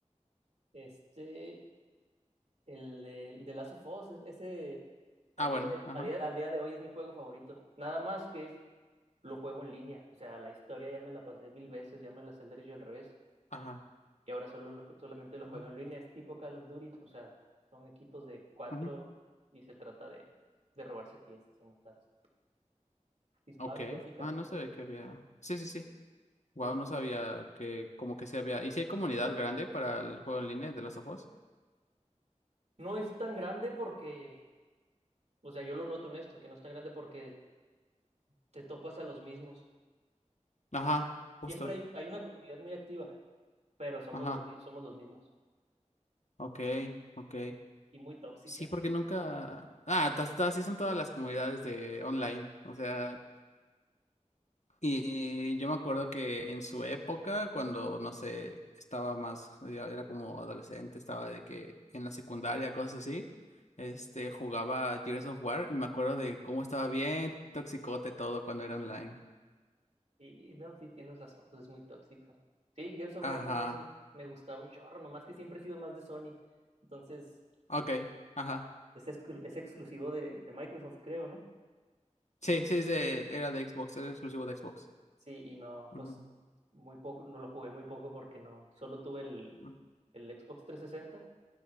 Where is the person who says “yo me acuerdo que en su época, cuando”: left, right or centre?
Left